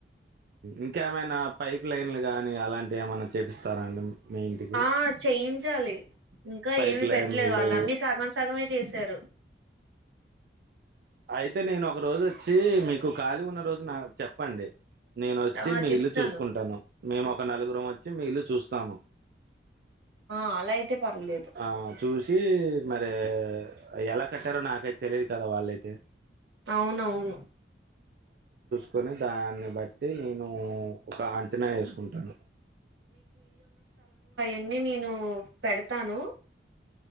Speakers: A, on the right; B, on the right.
A: ఇంకా ఏమైనా పైప్ లైన్లు గాని అలాం ఏమన్నా చేపిస్తారండి మీ ఇంటికి
B: ఆ చేయించాలి ఇంకా
A: పైప్
B: ఏమి
A: లైన్లు
B: పెట్టలేదు వాళ్ళ అన్ని సగం సగమే చేశారు
A: అయితే నేను ఒక రోజు వచ్చి మీకు ఖాళీ ఉన్న రోజు నా చెప్పండి నేను వచ్చి
B: ఆ
A: మీ
B: చెప్తాను
A: ఇల్లు చూసుకుంటాను మేము ఒక నలుగురం వచ్చి మీల్లు చూస్తాము
B: ఆ అలా అయితే పర్లేదు
A: ఆ చూసి మరి ఎలా కట్టారో నాకైతే తెలియదు కదా వాళ్ళైతే
B: అవునవును
A: కొని దాన్ని బట్టి నేను ఒక అంచనా వేసుకుంటాను
B: ఇన్ని నేను పెడతాను